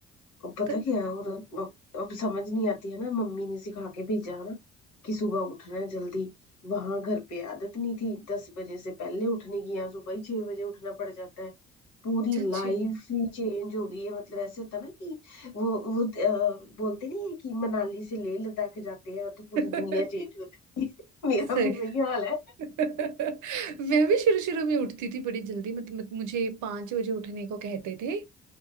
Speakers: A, on the left (about 75°); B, on the right (about 70°).
A: अ, पता
B: तब
A: क्या है और अब अब समझ नहीं आती है ना मम्मी ने सिखा के भेजा है ना कि सुबह उठना है जल्दी वहां घर पे आदत नहीं थी दस बजे से पहले उठने की यहाँ सुबह ही छह बजे उठना पड़ जाता है पूरी
B: अच्छी
A: लाइफ
B: हूँ
A: ही चेंज हो गई है मतलब ऐसे होता ना कि वो वो अ, बोलते नहीं है कि मनाली से लेह लद्दाख जाते हैं तो पूरी
B: <laughs>
A: दुनिया चेंज हो जाती है <laughs> मेरा
B: सही
A: भी वही हाल है
B: <laughs> मैं भी शुरू शुरू में उठती थी बड़ी जल्दी मत, मत मुझे पांच बजे उठने को कहते थे